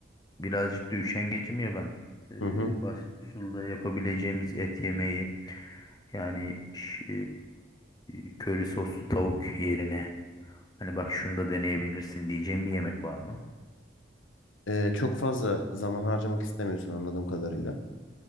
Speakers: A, on the left; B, on the left.
A: birazcık da üşengecim ya ben E, Hı
B: Hı hı.
A: basit hı. usulda yapabileceğimiz et yemeği yani ş- e, köri soslu tavuk yerine hani bak şunu da deneyebilirsin diyeceğim bir yemek var mı?
B: Ee, çok fazla zaman harcamak istemiyorsun anladığım kadarıyla.